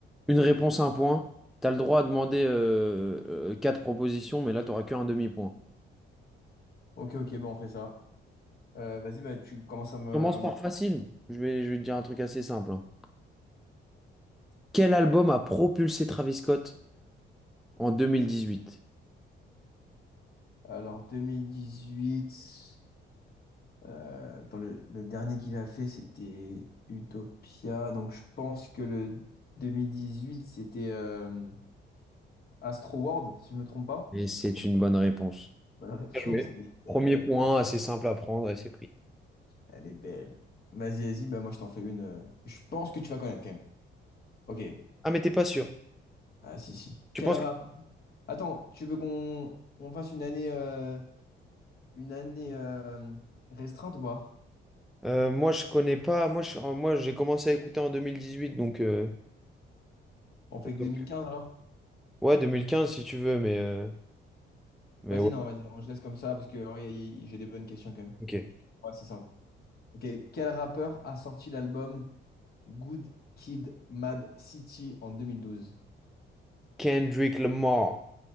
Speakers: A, in the centre; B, on the left.
A: une réponse un point. T'as le droit à demander euh, euh, quatre propositions, mais là t'auras qu'un demi-point.
B: Ok, ok, bon, on fait ça. Euh, vas-y, bah, tu commences à me.
A: Commence
B: m'en-
A: par facile. Je vais, je vais te dire un truc assez simple. hein. Quel album a propulsé Travis Scott en 2018?
B: Alors, 2018. euh, attends, le, le dernier qu'il a fait, c'était Utopia. Donc, je pense que le 2018, c'était euh, Astro World, si je me trompe pas.
A: Et c'est une bonne réponse.
B: Bonne réponse.
A: Bien joué.
B: <laughs>
A: Premier point, assez simple à prendre et c'est pris.
B: Elle est belle. Vas-y, vas-y, bah moi je t'en fais une. euh, Je pense que tu vas connaître quand même. Ok.
A: Ah mais t'es pas sûr.
B: Ah si, si.
A: Tu
B: Quel
A: penses
B: rap?
A: que
B: Attends, tu veux qu'on on fasse une année, euh, une année euh, restreinte ou pas?
A: Euh, moi, je connais pas. Moi, je- euh, moi, j'ai commencé à écouter en 2018, donc, euh,
B: On fait que
A: donc-
B: 2015 alors?
A: ouais, 2015 si tu veux, mais euh, mais
B: Vas-y,
A: ouais,
B: non, vas-y, non, je laisse comme ça parce que ouais, y- y- j'ai des bonnes questions quand même.
A: ok.
B: Ouais, c'est simple. Ok. Quel rappeur a sorti l'album Good Kid Mad City en 2012?
A: Kendrick Lamar,